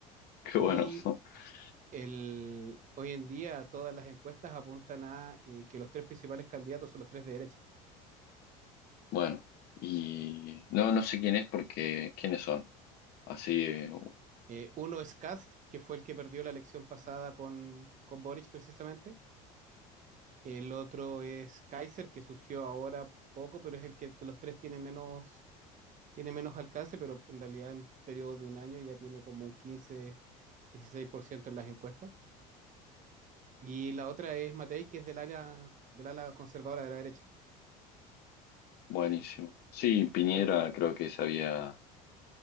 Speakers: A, on the left (about 60°); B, on the right (about 45°).
A: qué
B: Y
A: bueno, <laughs>
B: el, hoy en día todas las encuestas apuntan a eh, que los tres principales candidatos son los tres de derecha.
A: bueno. Y no, no sé quién es porque, ¿quiénes son? Así, eh,
B: Eh, uno es Kast, que fue el que perdió la elección pasada con, con Boric precisamente. El otro es Kaiser, que surgió ahora poco, pero es el que de los tres tiene menos, tiene menos alcance, pero en realidad en un periodo de un año ya tiene como un 15, 16% en las encuestas. Y la otra es Matei, que es del área, del ala conservadora de la derecha.
A: buenísimo. Sí, Piñera
B: Hoy
A: creo que se había,